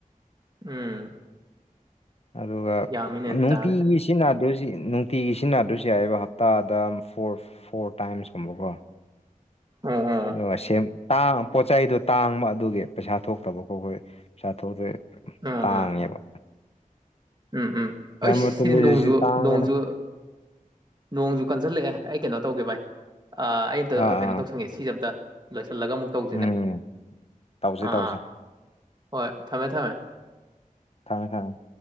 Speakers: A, on the right; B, on the left.
A: ꯎꯝ
B: ꯑꯗꯨꯒ
A: ꯌꯥꯝꯃꯤꯅꯦ ꯑꯗꯨ
B: ꯅꯨꯡꯇꯤꯒꯤ
A: ꯇꯥꯔꯗꯤ
B: ꯁꯤꯖꯤꯟꯅꯗꯁꯤ ꯅꯨꯡꯇꯤꯒꯤ ꯁꯤꯖꯤꯟꯅꯗꯁꯨ ꯌꯥꯏꯑꯕ ꯍꯞꯇꯥꯗ ꯐꯣꯔ ꯐꯣꯔ ꯇꯥꯏꯝꯁꯀꯨꯝꯕꯀꯣ
A: ꯑꯣ
B: ꯑꯗꯨꯒ ꯄꯣꯠ ꯆꯩꯗꯣ ꯇꯥꯡꯕ ꯑꯗꯨꯒꯤ ꯄꯩꯁꯥ ꯊꯣꯛꯇꯕꯀꯣ ꯑꯩꯈꯣꯏ ꯄꯩꯁꯥ ꯊꯣꯛꯇ꯭ꯔꯦ
A: ꯎꯝ
B: ꯇꯥꯡꯉꯦꯕ
A: ꯎꯝ ꯎꯝ ꯎꯝ ꯑꯩ
B: ꯗꯔꯃꯥꯇꯣꯂꯣꯖꯤꯁꯤ
A: ꯁꯤꯅꯤ ꯅꯣꯡꯖꯨ
B: ꯇꯥꯡꯉꯦꯗ
A: ꯅꯣꯡꯖꯨ ꯅꯣꯡꯖꯨ ꯀꯟꯓꯜꯂꯛꯑꯦ ꯑꯩ ꯀꯩꯅꯣ ꯇꯧꯒꯦ ꯚꯏ ꯑꯩ ꯑꯃꯝꯇ
B: ꯑꯥ
A: ꯀꯩꯅꯣ
B: ꯑꯥ
A: ꯇꯧꯁꯪꯒꯦ ꯁꯤꯁꯦ ꯑꯝꯇ ꯂꯣꯏꯁꯤꯜꯂꯒ ꯑꯃꯨꯛ ꯇꯧꯁꯤꯅꯦ
B: ꯎꯝ ꯇꯧꯁꯦ
A: ꯑꯥ
B: ꯇꯧꯁꯦ
A: ꯑꯥ ꯍꯣꯏ ꯊꯝꯃꯦ ꯊꯝꯃꯦ
B: ꯊꯪꯃꯦ ꯊꯃꯦ